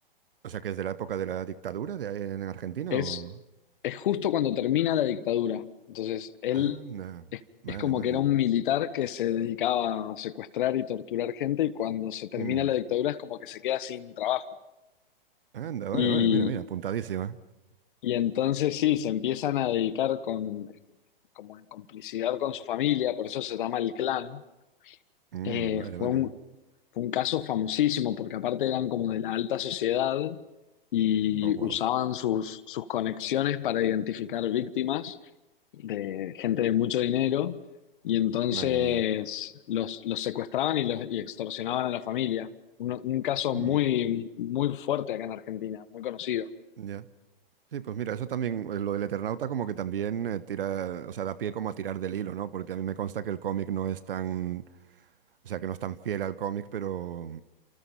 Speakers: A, on the right (about 70°); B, on the left (about 60°).
A: o sea, que es de la época de la dictadura de ahí en Argentina
B: Es,
A: o...
B: es justo cuando termina la dictadura. Entonces, él
A: Anda,
B: es,
A: vale,
B: es como
A: vale.
B: que era un militar que se dedicaba a secuestrar y torturar gente y cuando se termina
A: Mm,
B: la dictadura es como que se queda sin trabajo.
A: Anda, vale,
B: Y,
A: vale, mira, mira, apuntadísima.
B: y entonces sí, se empiezan a dedicar con, como en complicidad con su familia, por eso se llama el clan,
A: Mm,
B: Eh,
A: vale,
B: fue
A: vale.
B: un, fue un caso famosísimo porque aparte eran como de la alta sociedad y
A: Oh, wow.
B: usaban sus, sus conexiones para identificar víctimas de gente de mucho dinero y entonces
A: Madre mía.
B: los, los secuestraban y, los, y extorsionaban a la familia. Un, un caso
A: Mm,
B: muy, muy fuerte acá en Argentina, muy conocido.
A: ya. Sí, pues mira, eso también, eh, lo del Eternauta como que también eh, tira, o sea, da pie como a tirar del hilo, ¿no? Porque a mí me consta que el cómic no es tan, o sea, que no es tan fiel al cómic, pero,